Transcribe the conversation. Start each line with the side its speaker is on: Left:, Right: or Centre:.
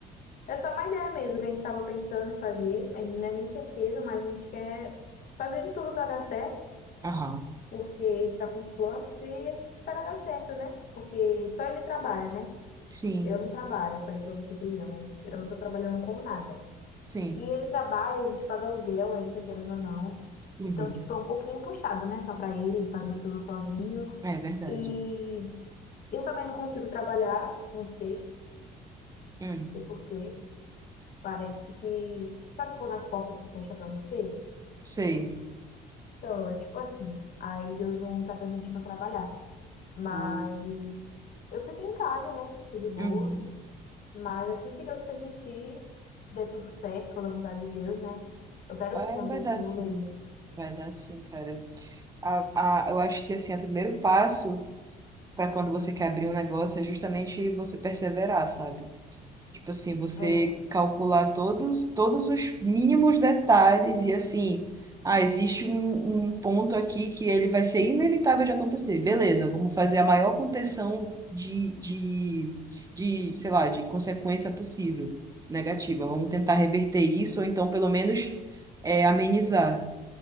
Left: É, é só uma ideia mesmo que a gente estava pensando em fazer. A gente Não é nem certeza, mas a gente quer fazer de tudo para dar certo,
Right: Aham.
Left: porque a gente está com os planos e a gente espera dar certo, né? Porque só ele trabalha, né?
Right: Sim,
Left: Eu não trabalho, eu falei para você que ele não, eu não tô trabalhando com nada.
Right: sim.
Left: E ele trabalha, a gente paga aluguel ainda, querendo ou não.
Right: Uhum.
Left: Então, tipo, é um pouquinho puxado, né? Só para ele, fazendo tudo sozinho.
Right: É verdade.
Left: E eu também não consigo trabalhar, não sei,
Right: Hum,
Left: não sei por quê. Parece que. Sabe quando as portas se fecham pra você?
Right: sei.
Left: Então, é tipo assim. Aí Deus não tá permitindo eu trabalhar. Mas
Right: Nossa.
Left: eu fiquei em casa, né? Fiquei de boa.
Right: Uhum.
Left: Mas assim que Deus permitir, se der tudo certo, for da vontade de Deus, né? Eu quero
Right: É,
Left: sim abrir
Right: vai
Left: essa
Right: dar
Left: hamburgueria.
Right: sim. Vai dar sim, cara. A, a, eu acho que assim, o primeiro passo para quando você quer abrir um negócio é justamente você perseverar, sabe? Tipo assim, você
Left: É,
Right: calcular todos, todos os mínimos detalhes e assim, ah, existe um, um ponto aqui que ele vai ser inevitável de acontecer. Beleza, vamos fazer a maior contenção de, de, de, sei lá, de consequência possível, negativa. Vamos tentar reverter isso, ou então pelo menos é, amenizar.